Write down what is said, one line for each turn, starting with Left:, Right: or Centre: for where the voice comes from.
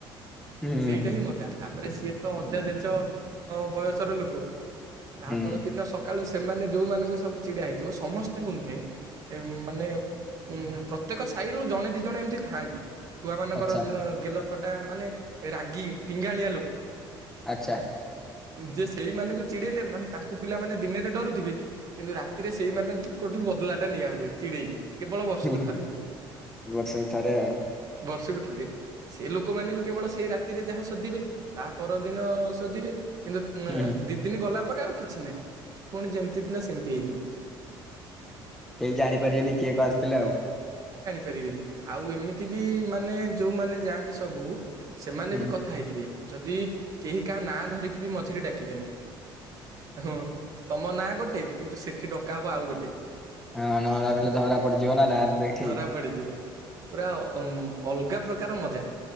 Centre: ହୁଁ
Right: ସେଇଟା ହିଁ ମଜା ତାପରେ ସିଏ ତ ଅଜା ଜଜ ଅ ବୟସର ଲୋକ ତା
Centre: ହୁଁ
Right: ପର ଦିନ ସକାଳୁ ସେ ସେମାନେ ଯେଉଁମାନଙ୍କୁ ସବୁ ଚିଡ଼ିଡ଼ଆ ହେଇଥିବ ସମସ୍ତେ ତାଙ୍କୁ ନୁହେଁ ମାନେ ଉ ପ୍ରତ୍ୟେକ ସାହିରୁୁ ଜଣେ ଦି ଜଣେ ଏମିତି ଥାଆନ୍ତି ଛଆ ମାନଙ୍କର
Centre: ଆଚ୍ଛା
Right: ଯୋଉ ଗେଲ କଥଟା ମାନେ ରାଗି ଟିଙ୍ଗାଳିଆ ଲୋକ
Centre: ଆଛା
Right: ଯେ ସେଇମାନଙ୍କୁ ଚିଡେଇଲେ ମାନେ ତାଙ୍କୁ ପିଲାମାନେ ଦିନରେ ଡରୁଥିବେ କିନ୍ତୁ ରାତିରେ ସେଇମାନେ କୋଠ ବଦଳା ଟା ନିଆ ହୁଏ। ଚିଡେଇକି କେବଳ ବର୍ଷକୁ
Centre: ହୁଁ
Right: ଥରେ
Centre: ବର୍ଷକୁ ଥରେ ଆଉ
Right: ବର୍ଷକୁ ଥରେ ସେ ଲୋକମାନେ ବି କେବଳ ସେଇ ରାତିରେ ଯାହା ସୋଧିବେ ତା ପରଦିନ ଶଧିବେ କିନ୍ତୁ
Centre: ହୁଁ ହୁଁ।
Right: ଦି ଦିନ ଗଲା ପରେରେ ଆଉ କିଛି ନାହିଁ ପୁଣି ଯେମିତି ଥିଲା ସେମିତି ହେଇଯିବ
Centre: କେହି ଜାଣିପାରିବେନି କିଏ କ ଆସିଥିଲେ ଆଉ
Right: ପାରିବେନି ଆଉ ଏମିତି ବି ମାନେ ଯୋଉମାନେ ଯାଆନ୍ତି। ସବୁ ସେମାନେ
Centre: ହୁଁ
Right: ବି କଥା ହେଇଥିବେ। ଯଦି କେହି କାହା ନାଁ ଧରିକି ବି ମଝିରେ ଡାକିବେନି। ହଁ ତମ ନାଁ ଗୋଟେ କିନ୍ତୁ ସେଠ କି ଡକା ହବ ଆଉ ଗୋ ହେ।
Centre: ହଁ ନହଲେ ବଲେ ଧରା ପଡିଯିବ ନା ଦେଖି
Right: ଧରା ପଡିଯିବ ପୁରା ଅଲଗା ପ୍ରକାର ମଜା